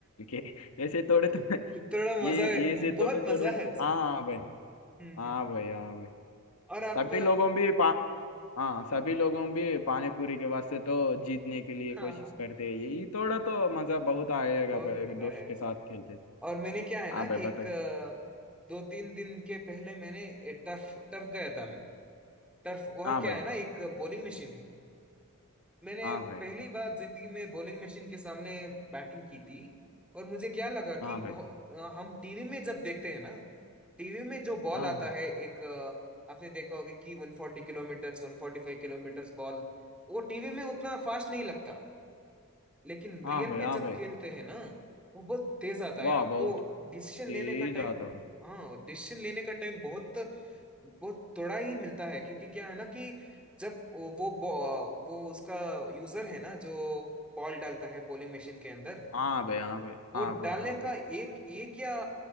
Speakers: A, on the left; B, in the centre.
A: के ऐसे थोड़े थोड़े
B: <laughs> थोड़ा
A: ये
B: मजा
A: ये ऐसे थोड़े
B: बहुत
A: थोड़े
B: मजा
A: ना
B: है उसमें
A: हाँ भाई
B: हम्म
A: हाँ
B: हम्म
A: भाई हाँ भाई
B: और आप
A: सभी लोगों भी पा हाँ सभी लोगों भी पानी पूरी के वास्ते तो जीतने के लिए
B: हाँ
A: कोशिश
B: हाँ
A: करते हैं ये ये थोड़ा तो मजा बहुत आएगा
B: बहुत
A: भाई
B: मजा
A: दोस्त
B: है
A: के
B: उसमें
A: साथ खेलते तो।
B: और मैंने क्या है ना
A: हाँ भाई
B: कि
A: बताइए
B: एक अ, दो तीन दिन के पहले मैंने टर्फ टर्फ गया था मैं टर्फ वह
A: हाँ
B: क्या
A: भाई
B: है ना एक बॉलिंग मशीन है मैंने
A: हाँ भाई
B: पहली बार जिंदगी में बॉलिंग मशीन के सामने बैटिंग की थी और मुझे क्या लगा
A: हाँ
B: कि
A: भाई
B: बहु- अ, हम टीवी में जब देखते हैं ना टीवी में जो बॉल
A: हाँ
B: आता
A: भाई
B: है एक अ, आपने देखा होगा कि 140 किलोमीटर 145 किलोमीटर बॉल वो टीवी में उतना फास्ट नहीं लगता लेकिन
A: हाँ
B: रियल
A: भाई
B: में
A: हाँ
B: जब
A: भाई
B: खेलते हैं ना वो बहुत तेज आता
A: वाह
B: है आपको
A: बहुत
B: डिसीजन
A: तेज
B: लेने का टाइम
A: आता है
B: हाँ डिसीजन लेने का टाइम बहुत बहुत थोड़ा ही मिलता है क्योंकि क्या है ना कि जब वो वो बॉ- वो उसका यूजर है ना जो बॉल डालता है बॉलिंग मशीन के अंदर
A: हाँ भाई हाँ भाई
B: वो
A: हाँ भाई
B: डालने
A: हाँ भाई
B: का एक एक या